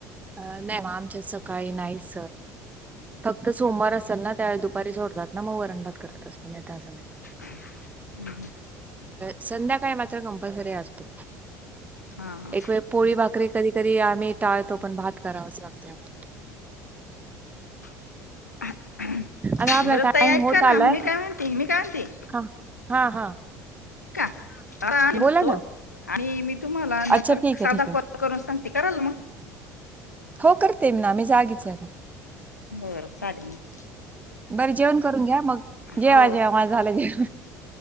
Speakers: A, on the right; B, on the left.
A: नाही म् आमच्यात् सकाळी नाहीच् फक्त सोमवार असेल ना त्यावेळी दुपारी सोडतात ना.. मग वरण भात करत असतो त्या <unintelligible>
B: हम्म हम्म
A: संध्याकाळी मात्र कम्पलसरी असतो.
B: हम्म
A: एक वेळ पोळी भाकरी आम्ही कधी कधी आम्ही टाळत आपण भात करावाच लागतो आम्हाला.
B: <inaudible>
A: आता आपला
B: बर
A: टाइम
B: ताई ऐका
A: होत आलाय
B: ना. मी काय म्हती. मी काय म्हती.
A: हा हा हा
B: <unintelligible>
A: बोला ना
B: तुम्हाला नंतर
A: अच्छा ठीक आहे
B: साधा
A: ठीक आहे
B: कॉल करून सांगते. कराल मग.
A: हो करते ना मी जागीच आहे.
B: बरं चालेल. म
A: बर जेवण करून घ्या. मग जेवा
B: हो.
A: जेवा माझं झालं जेवण